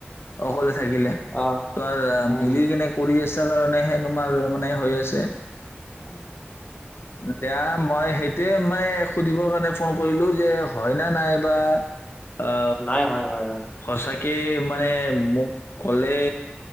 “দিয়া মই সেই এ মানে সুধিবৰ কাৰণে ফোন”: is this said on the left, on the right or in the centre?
Left